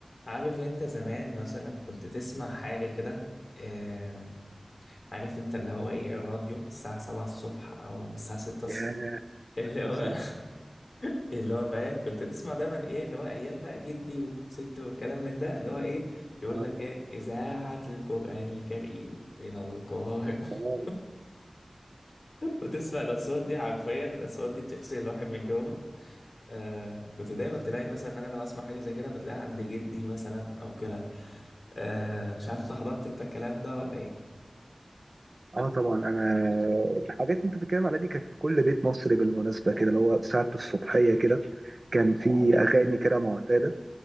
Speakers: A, on the left; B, on the right.
A: عارف انت زمان مثلا كنت تسمع حاجة كده آه عارف انت اللي هو ايه الراديو الساعة سبعة الصبح او الساعة ستة الصبح
B: ياه
A: اللي هو
B: يا سلام
A: <laughs> اللي هو فاهم كنت تسمع دايما ايه اللي هو ايام بقى جدي وستي والكلام من ده اللي هو ايه يقول
B: اه
A: لك ايه اذاعة القرآن الكريم من القاهرة <laughs>
B: اه
A: وتسمع الاصوات دي حرفيا الاصوات دي بتغسل الواحد من جوه آه كنت دايما تلاقي مثلا ان انا لو اسمع حاجه زي كده بتلاقيها عند جدي مثلا او كده آه مش عارف انت حضرت انت الكلام ده ولا ايه
B: آه طبعا انا الحاجات اللي انت بتتكلم عليها دي كانت في كل بيت مصري بالمناسبه كده اللي هو ساعه الصبحيه كده كان في اغاني كده معتاده